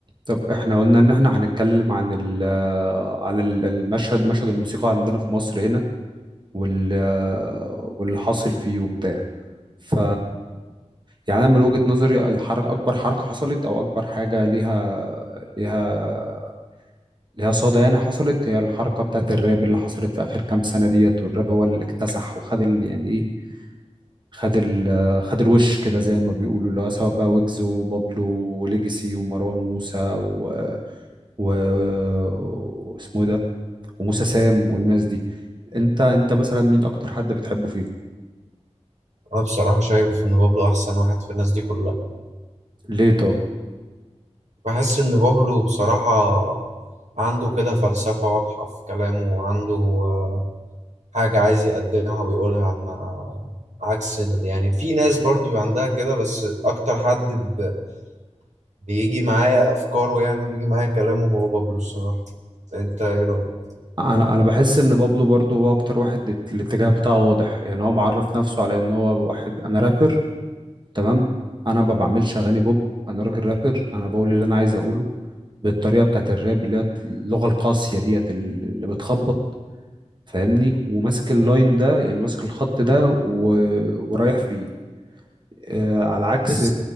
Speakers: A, on the right; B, on the right.
A: طب احنا قلنا ان احنا هنتكلم عن ال عن ال- المشهد مشهد الموسيقى عندنا في مصر هنا وال واللي حاصل فيه وبتاع ف يعني انا من وجهة نظري الحركة اكبر حركة حصلت او اكبر حاجة ليها ليها ليها صدى يعني حصلت هي الحركة بتاعت الراب اللي حصلت في اخر كام سنة ديت والراب هو اللي اكتسح وخد ال- يعني ايه خد ال خد الوش كده زي ما بيقولوا اللي هو سواء بقى ويجز وبابلو وليجاسي ومروان موسى و و واسمه إيه ده وموسى سام والناس دي انت انت مثلا مين اكتر حد بتحبه فيهم
B: انا بصراحة شايف ان بابلو احسن واحد في الناس دي كلها
A: ليه طب
B: بحس ان بابلو بصراحة عنده كده فلسفة واضحة في كلامه وعنده آه، حاجة عايز يقدمها ويقولها ما عكس ال- يعني في ناس برضو بيبقى عندها كده بس اكتر حد ب- بيجي معايا افكاره يعني وبيجي معايا كلامه هو بابلو الصراحة انت ايه رأيك؟
A: انا انا بحس ان بابلو برضو هو اكتر واحد الات- الاتجاه بتاعه واضح يعني هو معرف نفسه على ان هو واحد انا رابر تمام انا ما بعملش اغاني بوب انا راجل رابر انا بقول اللي انا عايز اقوله بالطريقه بتاعت الراب اللي هي اللغه القاسيه ديت اللي بتخبط فاهمني وماسك اللاين ده يعني ماسك الخط ده و... ورايح فيه آه على عكس
B: بحس